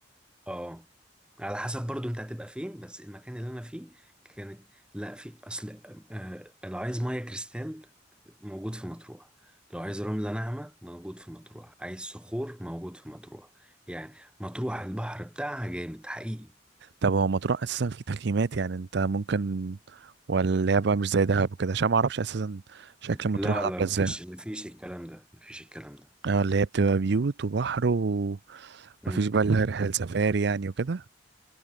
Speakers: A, in the centre; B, on the right.
A: اه على حسب برضو انت هتبقى فين بس المكان اللي انا فيه كانت لا في اصل آه لو عايز ميه كريستال موجود في مطروح لو عايز رملة ناعمة موجود في مطروح عايز صخور موجود في مطروح يعني مطروح البحر بتاعها جامد حقيقي
B: طب هو مطروح اساسا في تخييمات يعني انت ممكن ولا اللي هي بقى مش زي دهب وكده عشان ما اعرفش اساسا شكل مطروح
A: لا
B: عامله
A: لا مفيش
B: ازاي
A: مفيش الكلام ده مفيش الكلام ده
B: اه اللي هي بتبقى بيوت وبحر ومفيش
A: مم.
B: بقى اللي هي رحله سفاري يعني وكده